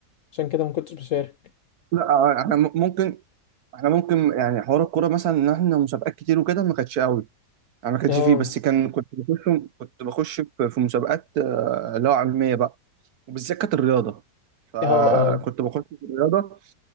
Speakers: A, on the left; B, on the right.
A: عشان كده ما كنتش بشارك
B: لا آه، آه، احنا م- ممكن احنا ممكن يعني حوار الكورة مثلا ان احنا مسابقات كتير وكده ما كانتش قوي انا ما كانش
A: اه
B: فيه بس كان كنت بخش كنت بخش في في مسابقات آه، اللي هو علميه بقى وبالذات كانت الرياضه فكنت
A: اه اه
B: بخش في الرياضه